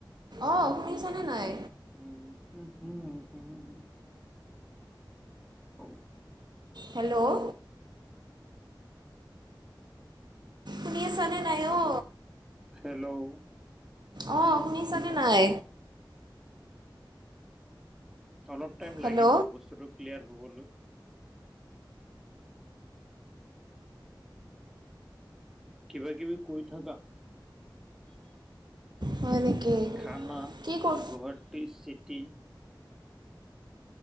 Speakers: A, on the right; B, in the centre.
A: অঁ শুনিছানে নাই?
B: উম উ উম উ। হয় <inaudible>
A: হেল্ল' শুনি আছা নে নাই অ?
B: হেল্ল'
A: অ শুনিছানে নাই?
B: অলপ টাইম
A: হেল্ল'
B: লাগিব বস্তুটো ক্লিয়াৰ হ'বলৈ। কিবা কিবি কৈ থাকা।
A: হয় নেকি
B: খানা
A: কি কৰ
B: গুৱাহাটী চিটি।